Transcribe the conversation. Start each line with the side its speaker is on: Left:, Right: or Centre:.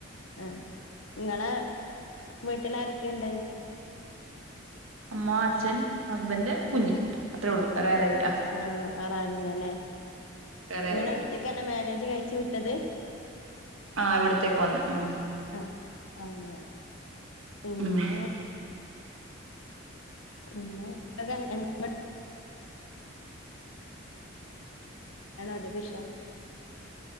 Left: ആഹ് നിങ്ങളെ വീട്ടിലാരൊക്കെയുണ്ട്
Right: അമ്മ അച്ഛൻ ഹസ്ബൻഡ് കുഞ്ഞ് അത്രേ ഉള്ളൂ
Left: മ്ഹ്
Right: വേറെ ആരായില്ല
Left: അത്ര ഉള്ളൂ വേറെ ആരു ഇല്ലല്ലേ നിങ്ങളെ
Right: വേറെ ആരുല്ല
Left: അടുത്തേക്ക് എന്നെ മാര്യേജ് കഴിച്ച് വിട്ട ഇത്
Right: ആ ഇവിടത്തേക്ക് വന്ന ഉം
Left: ആഹ് അങ്ങനെ പിന്നെ
Right: ഉം
Left: പിന്നെ എന്താണ് അധികം ഇഷ്ടം <unintelligible>